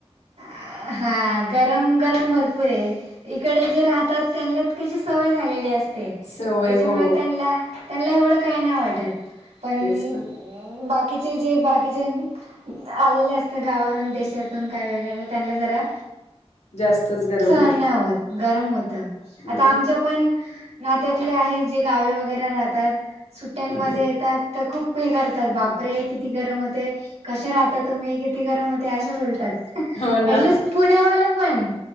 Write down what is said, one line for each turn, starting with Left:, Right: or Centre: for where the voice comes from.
Right: अ हा गरम गरम भरपूर हे. इकडे जे राहतात त्यांना कशी सवय झालेली अस ते
Left: सवय
Right: त्याच्यामुळे
Left: हो,
Right: त्यांनला त्यान्ला एवढं काही नाही वाटतं पण
Left: तेच ना.
Right: बाकीचे जे बाकीचे आलेले असत गावावरून देशातून काय वेळेला त्यांना जरा
Left: जास्तच गरम
Right: सहन नाही होतं गरम होतं
Left: हं,
Right: आता आमच्या पण नात्यातले आहेत. जे गावी वगैरे राहतात. सुट्ट्यांमध्ये
Left: हं.
Right: येतात. तर खूप हे करतात बापरे किती गरम होते. कशे राहता तुम्ही किती गरम होते असे बोलतात. ऍटलिस्ट
Left: हो ना,
Right: पुण्यावाले पण